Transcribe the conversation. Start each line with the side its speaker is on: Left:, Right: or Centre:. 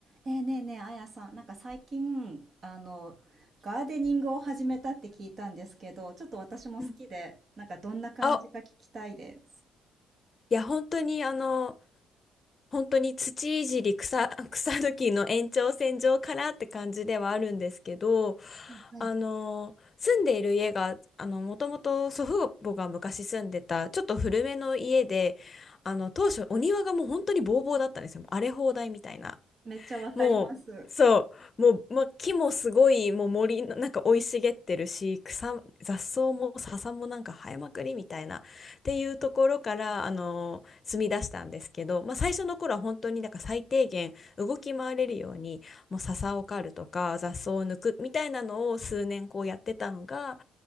Right: ねえねえねえ、あやさん、なんか最近、あの、ガーデニングを始めたって聞いたんですけど、ちょっと私も好きで、
Left: うん
Right: なんかどんな感じか聞きたいです。
Left: あ、いや、本当にあの、本当に土いじり草、<laughs> 草抜きの延長線上からって感じではあるんですけど、
Right: はい。
Left: あの、住んでいる家が、あの、もともと祖父母が昔住んでた、ちょっと古めの家で、あの、当初お庭がもう本当にボーボーだったんですよ。荒れ放題みたいな。
Right: めっちゃわかります
Left: もう、そう、もう、ま、木もすごい、もう森の、なんか生い茂ってるし、草、雑草も笹もなんか生えまくりみたいな、っていうところから、あの住み出したんですけど、まあ、最初の頃は本当になんか最低限動き回れるように、もう笹を刈るとか、雑草を抜くみたいなのを数年こうやってたのが、